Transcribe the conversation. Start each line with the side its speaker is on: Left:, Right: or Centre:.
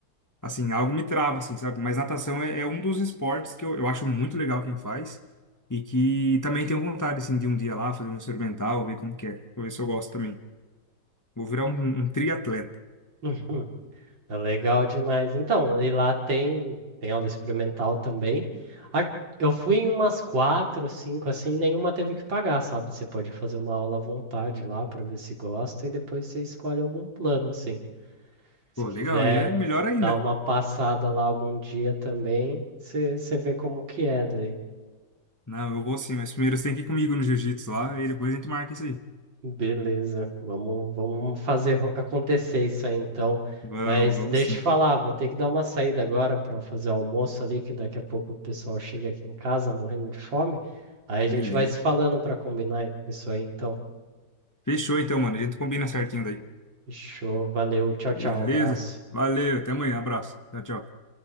Left: Assim, algo me trava, assim, sabe? Mas natação é, é um dos esportes que eu, eu acho muito legal quem faz e que também tenho vontade, assim, de um dia lá fazer uma experimental, ver como que é. Vou ver se eu gosto também. Vou virar um, um triatleta.
Right: <laughs> É legal demais. Então, e lá tem, tem aula experimental também. A- Eu fui em umas quatro, cinco, assim, nenhuma teve que pagar, sabe? Você pode fazer uma aula à vontade lá para ver se gosta e depois você escolhe algum plano, assim. Se
Left: Pô,
Right: quiser
Left: legal, e é melhor ainda.
Right: dar uma passada lá algum dia também, você, você vê como que é daí.
Left: Não, eu vou sim, mas primeiro você tem que ir comigo no jiu-jitsu lá e depois a gente marca isso aí.
Right: Beleza, vamos, vamos fazer ro- acontecer isso aí então.
Left: Vamos,
Right: Mas
Left: vamos
Right: deixa
Left: sim.
Right: eu te falar, vou ter que dar uma saída agora para fazer o almoço ali, que daqui a pouco o pessoal chega aqui em casa morrendo de fome. Aí a gente
Left: Beleza.
Right: vai se falando para combinar isso aí então.
Left: Fechou então, mano. A gente combina certinho daí.
Right: Fechou, valeu, tchau,
Left: Beleza?
Right: tchau, abraço.
Left: Valeu, até amanhã. Abraço. Tchau, tchau.